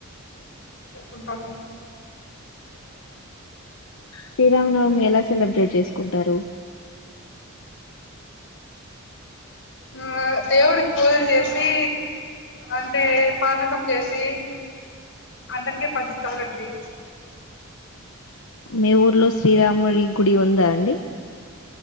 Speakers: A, on the left; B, on the left.
A: ఉంటాము
B: శ్రీరామనవమి ఎలా సెలబ్రేట్ చేస్తా టారు
A: ఆ దేవుడికి పూజలు చేసి అంటే పానకం చేసి అందరికి పంచుతారండి
B: మీ ఊర్లో శ్రీరాముడి గుడి ఉందా అండి